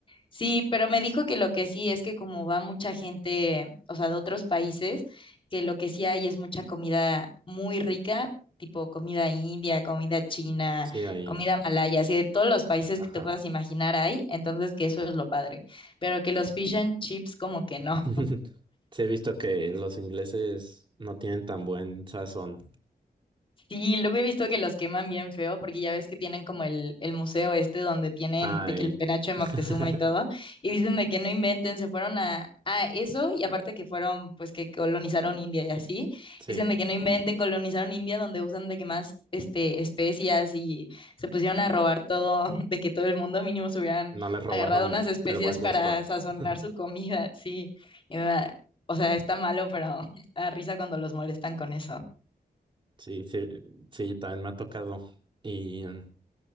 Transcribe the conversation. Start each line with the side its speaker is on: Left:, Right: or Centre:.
Left: Sí, pero me dijo que lo que sí es que como va mucha gente, o sea, de otros países, que lo que sí hay es mucha comida muy rica, tipo comida india, comida china,
Right: sí hay.
Left: comida malaya, así de todos los países
Right: Ajá.
Left: que te puedas imaginar hay, entonces que eso es lo padre pero que los fish and chips como que no.
Right: <laughs> Sí, he visto que los ingleses no tienen tan buen sazón.
Left: Sí, luego he visto que los queman bien feo, porque ya ves que tienen como el, el museo este donde tienen
Right: Ay.
Left: de que el penacho de Moctezuma
Right: <laughs>
Left: y todo, y dicen de que no inventen, se fueron a, a eso, y aparte que fueron, pues que colonizaron India y así,
Right: Sí,
Left: dicen de que no inventen, colonizaron India donde usan de que más este, especias y se pusieron a robar todo, <laughs> de que todo el mundo mínimo se hubieran
Right: no les robaron
Left: agarrado unas especias
Right: el buen gusto.
Left: para sazonar
Right: <laughs>
Left: su comida, sí, y me da- o sea, está malo, pero <laughs> da risa cuando los molestan con eso.
Right: Sí, sí, sí, también me ha tocado. ¿Y mm,